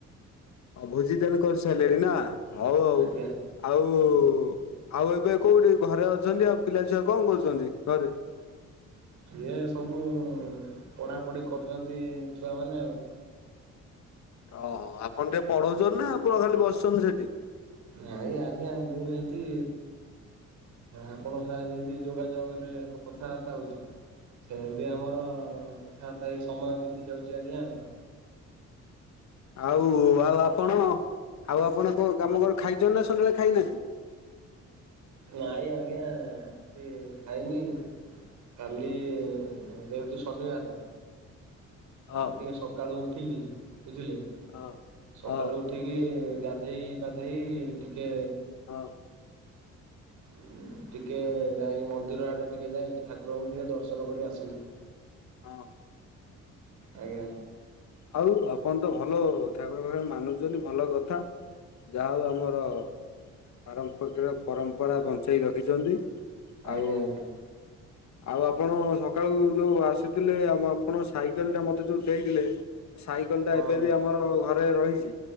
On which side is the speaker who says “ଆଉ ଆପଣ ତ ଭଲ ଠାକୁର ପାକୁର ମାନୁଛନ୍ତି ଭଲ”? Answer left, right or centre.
Left